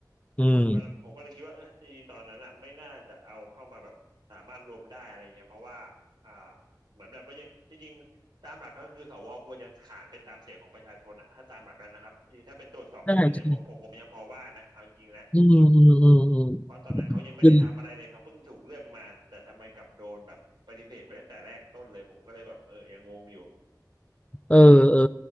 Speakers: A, on the left (about 15°); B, on the right (about 85°).
A: อืม
B: ผมก็ผมก็เลยคิดว่าเออจริงๆตอนนั้นอ่ะไม่น่าจะเอาเข้ามาแบบสามารถรวมได้อะไรเงี้ยเพราะว่าอ่าเหมือนแบบว่าจริงๆตามหลักก็คือสวควรจะขานไปตามเสียงของประชาชนอ่ะถ้าตามหลักแล้วนะครับจริงๆถ้าไปตรวจสอบเรื่องอื่นเนี่ยผมผมผมยังพอว่านะเอาจริงนะ
A: ใช่ใช่อืมอืมอืม
B: เพราะตอนนั้นเขายังไม่ได้ทำอะไรเลยเขาเพิ่งถูกเลือกมาแต่ทำไมกลับโดนแบบปฏิเสธไปตั้งแต่แรกต้นเลยผมก็เลยแบบเออยังงงอยู่
A: อืม เออเออ